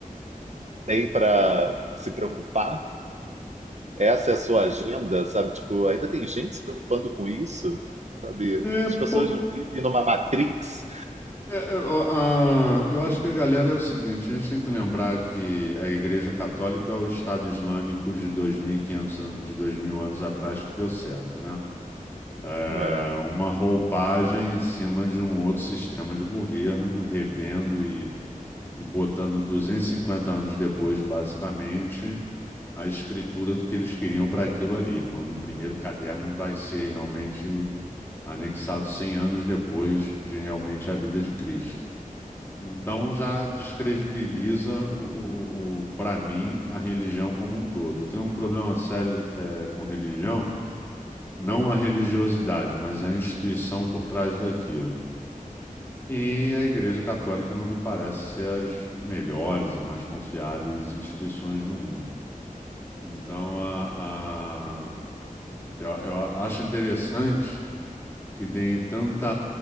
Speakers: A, on the right; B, on the left.
A: tem para se preocupar? Essa é a sua agenda, sabe? Tipo, ainda tem gente se preocupando com isso, sabe?
B: É
A: As pessoas
B: pouco.
A: vivem numa matrix,
B: é, é, ó, a- eu acho que a galera é o seguinte: a gente tem que lembrar que a Igreja Católica é o Estado Islâmico de 2.500 an- de 2.000 anos atrás que deu certo, né? É
A: né?
B: uma roupagem em cima de um outro sistema de governo, revendo e e botando 250 anos depois, basicamente, a escritura do que eles queriam para aquilo ali, quando o primeiro caderno vai ser realmente anexado 100 anos depois de realmente a vida de Cristo. Então já descredibiliza o, o, o, para mim a religião como um todo. Eu tenho um problema sério eh, com religião, não a religiosidade, mas a instituição por trás daquilo. E a Igreja Católica não me parece ser as melhores e mais confiáveis instituições no mundo. Então, a, a- eu, eu acho interessante que deem tanta,